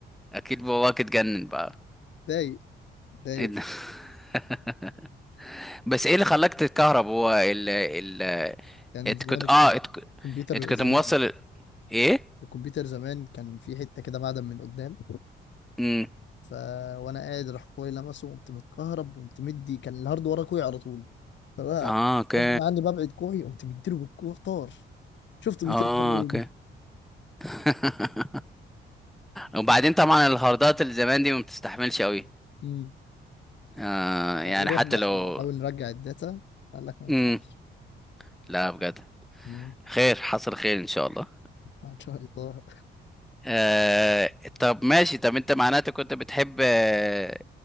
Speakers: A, in the centre; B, on the left.
A: اكيد باباك اتجنن بقى
B: ضايق ضايق
A: إيه ده؟ <laughs> بس ايه اللي خلاك تتكهرب هو ال ال
B: كان
A: انت
B: زمان
A: كنت اه انت كنت
B: الكمبيوتر
A: إنت كنت
B: زمان
A: موصل ايه
B: الكمبيوتر زمان كان في حتة كده معدن من قدام
A: امم
B: ف وانا قاعد راح اخويا لمسه وقمت متكهرب وقمت مدي كان الهارد ورا كوعي على طول فبقى
A: اه اوكي
B: غصب عني ببعد كوعي قمت مديله بالكوع طار شفته
A: اه
B: بيطير قدام عيني
A: اوكي <laughs> وبعدين طبعا الهاردات اللي زمان دي ما بتستحملش قوي
B: امم
A: آه يعني
B: ورحنا
A: حتى
B: عشان
A: لو
B: نحاول نرجع الداتا قال لك ما ينفعش
A: امم لا بجد
B: امم
A: خير حصل خير ان شاء الله
B: ان شاء الله
A: آه طب ماشي طب انت معناته كنت بتحب آه